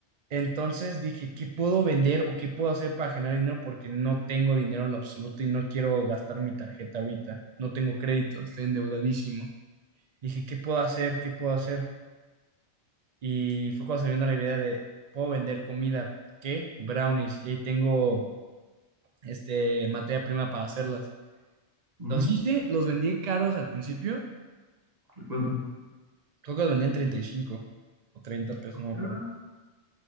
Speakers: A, on the right; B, on the right.
A: Entonces dije, ¿qué puedo vender o qué puedo hacer para generar dinero? Porque no tengo dinero en lo absoluto y no quiero gastar mi tarjeta ahorita. No tengo crédito, estoy endeudadísimo. Dije, ¿qué puedo hacer? ¿Qué puedo hacer? Y fue cuando se me vino la idea de, puedo vender comida, ¿qué? Brownies. Y ahí tengo, este, materia prima para hacerlas.
B: ujú,
A: Los hice, los vendí caros al principio
B: ¿de cuánto?
A: Creo que los vendían 35 o 30 pesos, no me acuerdo.
B: Ah,